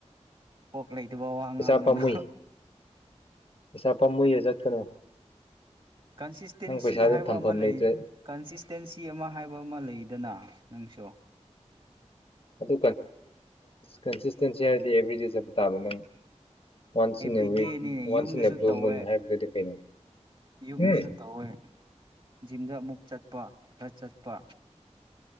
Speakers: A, on the right (about 45°); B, on the left (about 50°).
A: ꯀꯣꯛ ꯂꯩꯇꯕ ꯋꯥ ꯉꯥꯡꯉꯅ
B: ꯄꯩꯁꯥ ꯄꯥꯝꯃꯨꯏ ꯄꯩꯁꯥ ꯄꯥꯝꯃꯨꯏꯗ ꯆꯠꯀꯅꯨ
A: ꯀꯟꯁꯤꯁꯇꯦꯟꯁꯤ
B: ꯅꯪ ꯄꯩꯁꯥꯗꯨ
A: ꯍꯥꯏꯕ
B: ꯊꯝꯐꯝ
A: ꯑꯃ ꯂꯩ
B: ꯂꯩꯇ꯭ꯔꯦ
A: ꯀꯟꯁꯤꯁꯇꯦꯟꯁꯤ ꯑꯃ ꯍꯥꯏꯕ ꯑꯃ ꯂꯩꯗꯅ ꯅꯪꯁꯨꯣ
B: ꯑꯗꯨ ꯀꯟꯁꯤꯁꯇꯦꯟꯁꯤ ꯍꯥꯏ ꯑꯦꯕꯔꯤꯦꯖ ꯇꯥꯕ ꯅꯪ ꯋꯥꯟꯁ
A: ꯑꯦꯕ꯭ꯔꯤꯗꯦꯅꯤꯅꯦ
B: ꯏꯟ ꯑꯦꯋꯤ ꯋꯥꯟꯁ
A: ꯌꯨꯝꯗꯁꯨ
B: ꯏꯟ ꯑꯦ ꯕ꯭ꯂꯨ
A: ꯇꯧꯋꯦ
B: ꯃꯨꯟ ꯍꯥꯏꯕꯗꯨꯗꯤ ꯀꯩꯅꯣ
A: ꯌꯨꯝꯗꯁꯨ
B: ꯎ
A: ꯇꯧꯋꯦ ꯖꯤꯝꯗ ꯑꯃꯨꯛ ꯆꯠꯄ ꯈꯔ ꯆꯠꯄ